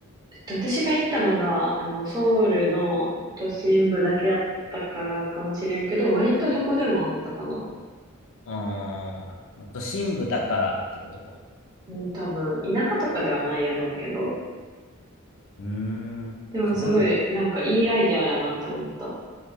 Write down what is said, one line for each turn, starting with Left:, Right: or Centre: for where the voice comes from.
Right: えっと私が行ったのが、あの、ソウルの都心部だけやったからかもしれんけど、割とどこでもあったかな。
Left: うーん、都心部だからってことか。
Right: うん、多分、田舎とかではないやろうけど、
Left: うーん。
Right: でもすごい、
Left: すごい、
Right: なんかいいアイデアやなって思った。